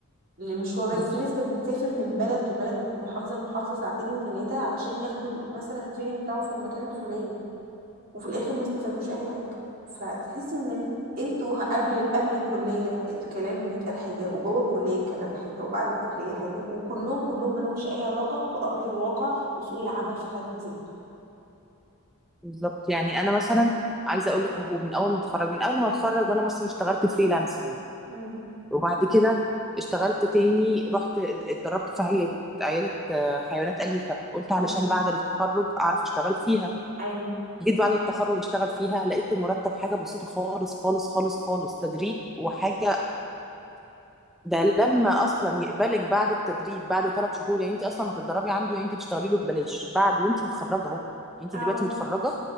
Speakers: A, on the right; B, in the centre.
A: لمشوار رحلة
B: بالظبط
A: في ناس كانت بتسافر من بلد لبلد من محافظة لمحافظة ساعتين وثلاثة علشان ياخدوا مثلا التريننج بتاعهم في المكان الفلاني وفي الآخر ما استفادوش أي حاجة فتحس إن انتوا قبل قبل الكلية الكلام بيتقال حاجة وجوه الكلية الكلام حاجة وبعد الكلية حاجة وكلهم كلهم مالهمش أي علاقة بأرض الواقع وسوق العمل في حد ذاته
B: بالظبط يعني انا مثلا عايزه اقول لك اهو من اول ما اتخرج من قبل ما اتخرج وانا مثلا اشتغلت فريلانسنج
A: مم.
B: وبعد كده اشتغلت تاني رحت اتدربت في عياده عياده آه، حيوانات اليفه قلت علشان
A: مم.
B: بعد التخرج اعرف اشتغل فيها
A: أيوه
B: جيت بعد التخرج اشتغل فيها لقيت المرتب حاجه بسيطه خالص خالص خالص خالص تدريب وحاجه ده لما اصلا يقبلك بعد التدريب بعد ثلاث شهور يعني انت اصلا هتتدربي عنده يعني انت تشتغلي له ببلاش بعد وانت متخرجه اهو انت
A: أو
B: دلوقتي متخرجه